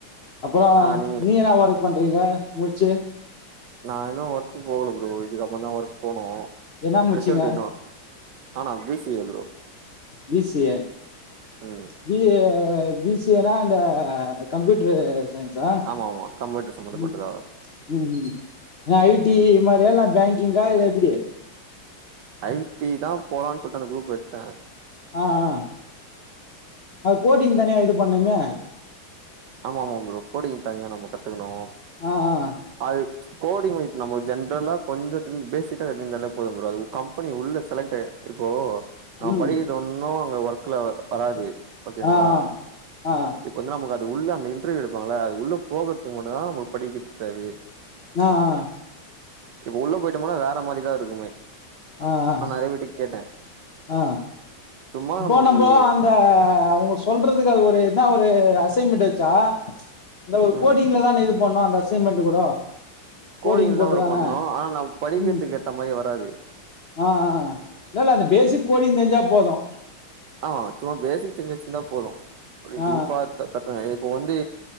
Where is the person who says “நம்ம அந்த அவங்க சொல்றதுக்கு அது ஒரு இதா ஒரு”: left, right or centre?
Left